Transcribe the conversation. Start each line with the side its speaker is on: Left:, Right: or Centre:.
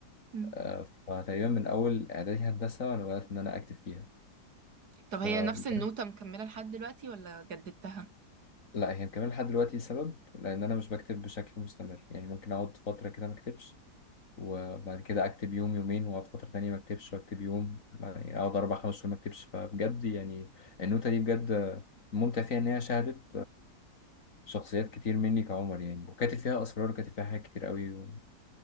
Right: مم.
Left: آه، فتقريبا من اول اعدادي هندسه وانا بدات ان انا اكتب فيها فلا
Right: طب هي نفس النوتة مكملة لحد دلوقتي ولا جددتها؟
Left: هي مكمله لحد دلوقتي سبب لان انا مش بكتب بشكل مستمر يعني ممكن اقعد فتره كده ما اكتبش وبعد كده اكتب يوم يومين واقعد فتره تانية ما اكتبش واكتب يوم يعني اقعد اربع خمس شهور ما اكتبش فبجد يعني النوتة دي بجد ممتع فيها ان هي شهدت شخصيات كتير مني كعمر يعني وكاتب فيها اسرار وكاتب فيها حاجات كتير قوي و...